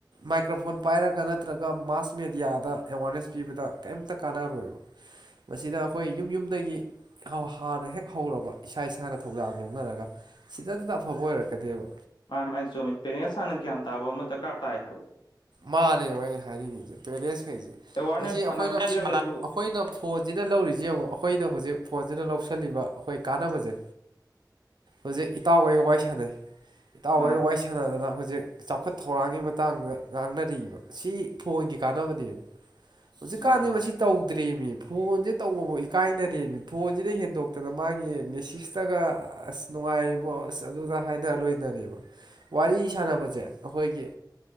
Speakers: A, on the right; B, on the left.
A: ꯃꯥꯏꯀ꯭ꯔꯐꯣꯟ ꯄꯥꯏꯔꯒ ꯅꯠꯇ꯭ꯔꯒ ꯃꯥꯁ ꯃꯦꯗꯤꯌꯥꯗ ꯑꯦꯋꯥꯔꯅꯦꯁ ꯄꯤꯕꯗ ꯀꯩꯝꯇ ꯀꯥꯟꯅꯔꯣꯏꯕ ꯃꯁꯤꯗ ꯑꯈꯣꯏ ꯌꯨꯝ ꯌꯨꯝꯗꯒꯤ ꯍꯧ ꯍꯥꯟꯅ ꯍꯦꯛ ꯍꯧꯔꯕ ꯏꯁꯥ ꯏꯁꯥꯅ ꯊꯧꯗꯥꯡ ꯂꯧꯅꯔꯒ ꯁꯤꯗꯟꯗ ꯑꯐꯕ ꯑꯣꯏꯔꯛꯀꯅꯦꯕ
B: ꯃꯥꯥ ꯃꯥꯥꯏ ꯆꯨꯝꯃꯤ ꯄꯦꯔꯦꯟꯁ ꯍꯥꯟꯅ ꯒ꯭ꯌꯥꯟ ꯇꯥꯕ ꯑꯃ ꯗꯀꯥꯔ ꯇꯥꯏ ꯍꯥꯏꯕ
A: ꯃꯥꯅꯦꯕ ꯑꯩ ꯍꯥꯏꯅꯤꯡꯉꯤꯖꯦ ꯄꯦꯔꯦꯁ ꯈꯩꯁꯦ
B: ꯑꯦꯋꯥꯔꯅꯦꯁ
A: ꯉꯁꯤ
B: ꯐꯅꯌꯥꯝ
A: ꯑꯈꯣꯏꯅ <unintelligible>
B: ꯄꯤꯔꯒꯁꯨ
A: ꯑꯈꯣꯏꯅ ꯐꯣꯟꯖꯤꯅ ꯂꯧꯔꯤꯖꯦ ꯌꯦꯡꯉꯣ ꯑꯈꯣꯏꯅ ꯍꯧꯖꯤꯛ ꯐꯣꯟꯖꯤꯅ ꯂꯧꯁꯜꯂꯤꯕ ꯑꯈꯣꯏ ꯀꯥꯟꯅꯕꯖꯦ ꯍꯨꯖꯤꯛ ꯏꯇꯥꯎꯒ ꯑꯩꯒ ꯋꯥꯔꯤ ꯁꯥꯟꯅꯩ ꯏꯇꯥꯎꯒ
B: ꯃꯥꯅꯤ
A: ꯑꯩꯒ ꯋꯥꯔꯤ ꯁꯥꯟꯅꯗꯅ ꯍꯧꯖꯤꯛ ꯆꯥꯎꯈꯠ ꯊꯧꯔꯥꯡꯒꯤ ꯃꯇꯥꯡꯗ ꯉꯥꯡꯅꯔꯤꯕ ꯁꯤ ꯐꯣꯟꯒꯤ ꯀꯥꯟꯅꯕꯅꯦꯕ ꯍꯨꯖꯤꯛꯀꯥꯟꯗꯤ
B: ꯃꯥꯅꯤ ꯃꯥꯅꯤ
A: ꯃꯁꯤ ꯇꯧꯗ꯭ꯔꯦꯃꯤ ꯐꯣꯟꯖꯦ ꯇꯧꯕꯧ ꯏꯀꯥꯏꯅꯔꯦꯃꯤ ꯐꯣꯟꯖꯤꯗ ꯍꯦꯟꯗꯣꯛꯇꯅ ꯃꯥꯒꯤ ꯃꯦꯁꯤꯁꯇꯒ ꯑꯁ ꯅꯨꯡꯉꯥꯏꯔꯤꯕꯣ ꯑꯁ ꯑꯗꯨ ꯑꯗꯥ ꯍꯥꯏꯅꯔ ꯂꯣꯏꯅꯔꯦꯕ ꯋꯥꯔꯤ ꯁꯥꯟꯅꯕꯖꯦ ꯑꯈꯣꯏꯒꯤ